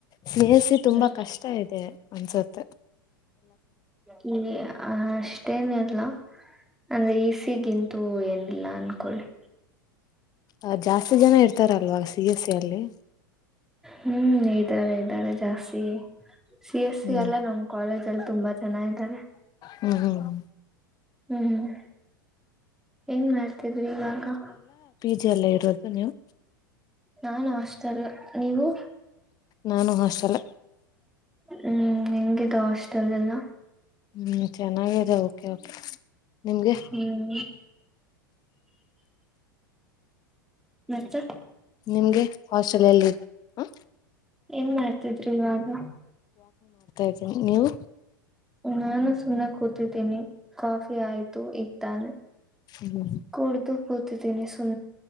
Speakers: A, on the left; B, in the centre.
A: ಸಿ ಎಸ್ ಸಿ ತುಂಬಾ
B: ಹ್ಮ್
A: ಕಷ್ಟ ಇದೆ ಅನ್ಸತ್ತೆ
B: ಹೇಯ್ ಹಾ ಅಷ್ಟೇನು ಇಲ್ಲ ಅಂದ್ರೆ ಇ ಸಿ ಗಿಂತು ಏನಿಲ್ಲ ಅನ್ಕೋತೀನಿ
A: ಅ ಜಾಸ್ತಿ ಜನ ಇರ್ತಾರಲ್ವಾ ಸಿ ಎಸ್ ಸಿ ಅಲ್ಲಿ
B: ಹ್ಮ್ ಇದ್ದಾರೆ ಇದ್ದಾರೆ ಜಾಸ್ತಿ ಸಿ ಎಸ್ ಸಿ
A: ಹ್ಮ್
B: ಎಲ್ಲ ನಮ್ ಕಾಲೇಜ್ ಅಲ್ಲಿ ತುಂಬಾ ಜನ ಇದ್ದಾರೆ
A: ಹ್ಮ್ ಹ್ಮ್
B: ಹ್ಮ್ ಹ್ಮ್ ಏನ್ ಮಾಡ್ತಿದ್ರಿ ಇವಾಗ
A: ಜಜಿ ಎಲ್ಲ ಇರೋದು ನೀವು
B: ನಾನು ಹಾಸ್ಟೆಲ್ ನೀವು
A: ನಾನು ಹಾಸ್ಟಲ್ಲ
B: ಹ್ಮ್ ಹೆಂಗದು ಹಾಸ್ಟೆಲ್ ಎಲ್ಲ
A: ಹ್ಮ್ ಚೆನ್ನಾಗಿದೆ ಓಕೆ ಓಕೆ ನಿಮ್ಗೆ
B: ಹ್ಮ್ ಮತ್ತ
A: ನಿಮ್ಗೆ ಹಾಸ್ಟೆಲ್ಲ್ಲಿ ಹಾ
B: ಏನ್ ಮಾಡ ತಿದ್ರಿ ಇವಾಗ
A: ಇದೀನಿ ನೀವು
B: ನ ನ ಸುನ್ನ ಕೊತ ತಿದಿನಿ ಕಾಫಿ ಆಯ್ತು ತಾನ
A: ಹ್ಮ್
B: ಕೊಡ್ದುು ಕೂತಿ ದಿನ ಸೆ